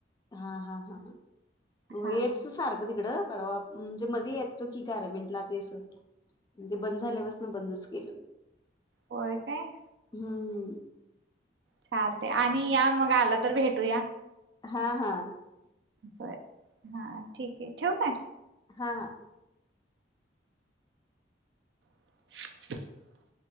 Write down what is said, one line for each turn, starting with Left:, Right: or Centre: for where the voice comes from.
Left: हा हा हा
Right: हा
Left: हेच सारखं तिकडं परवा म्हणजे मध्ये येतो की गारमेंटला ते अस म्हणजे बंद झाल्या बस ना बंदच गेल
Right: हो काय
Left: हम्म हम्
Right: चाल ते आणि या मग आला तर भेटूया
Left: हा हा
Right: बर हा ठीक आहे ठेव काय
Left: हा हा
Right: <inaudible>